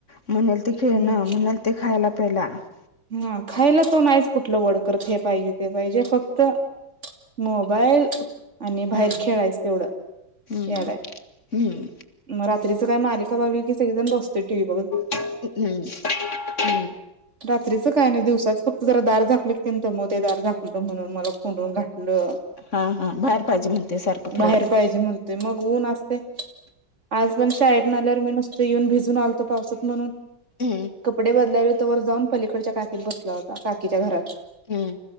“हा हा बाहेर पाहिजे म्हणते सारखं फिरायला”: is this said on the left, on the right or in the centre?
Left